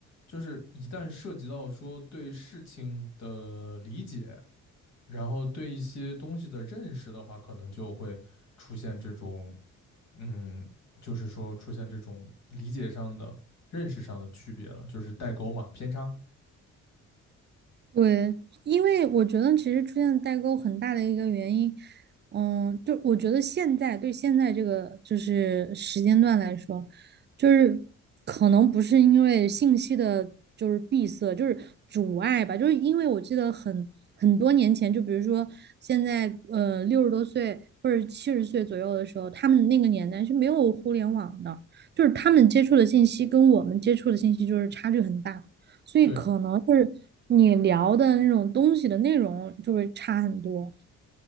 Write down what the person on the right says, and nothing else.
对，因为我觉得其实出现代沟很大的一个原因，嗯，就我觉得现在对现在这个就是时间段来说，就是可能不是因为信息的就是闭塞，就是阻碍吧，就是因为我记得很很多年前，就比如说现在呃六十多岁或者七十岁左右的时候，他们那个年代是没有互联网的，就是他们接触的信息跟我们接触的信息就是差距很大。所以可能是你聊的那种东西的内容就会差很多，